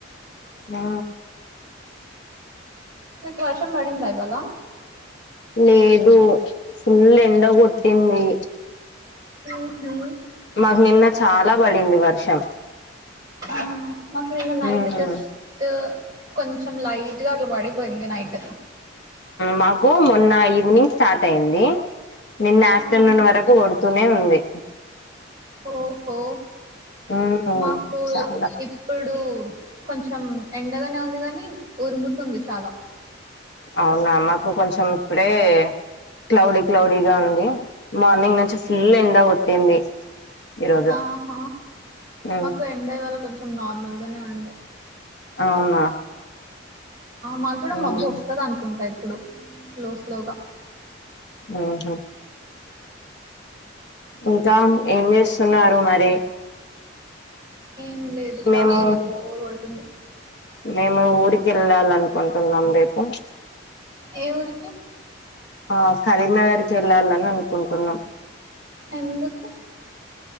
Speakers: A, on the left; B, on the right.
A: ఆ
B: మీకు వర్షం పడిందా ఇవాళ
A: లేదు ఫుల్ ఎండ కొట్టింది
B: ఉహు
A: మాకు నిన్న చాలా పడింది వర్షం
B: అవునా మాకు నిన్న నైట్
A: మ్మ్
B: జస్ట్ కొంచెం లైట్ గా, అట్లా పడిపోయింది నైట్.
A: మాకు మొన్న ఈవినింగ్ స్టార్ట్ అయింది నిన్న ఆఫ్టర్నూన్
B: ఆహా
A: వరకు కోడు. తూనే ఉంది
B: ఓహో
A: మ్మ్
B: మాకు
A: చాలా
B: ఇప్పుడు కొంచెం ఎండగానే ఉంది కాని ఉరుముతుంది చాలా.
A: అవునా మాకు కొంచెం ఇప్పుడే క్లౌడీ క్లౌడీ గా ఉంది మార్నింగ్ నుంచి ఫుల్ ఎండ కొట్టింది ఈరోజు
B: ఆహా
A: మ్మ్
B: మాకు ఎండ ఇవాళ కొంచెం నార్మల్గానే ఉండే
A: అవునా
B: మాకు కూడా
A: ఉమ్
B: మబ్బు వస్తది అనుకుంటా ఇప్పుడు స్లో స్లోగా
A: ఆహా ఇంకా ఏం చేస్తున్నారు మరి
B: ఏం లేదు
A: మేము
B: ఖాళీయే బోరు కొడుతుంది
A: మేము ఊరికెళ్ళాలనుకుంటున్నాం రేపు
B: ఏ ఊరికి
A: ఆ కరీంనగర్ కి వెళ్ళాలని అనుకుంటున్నాం
B: ఎందుకు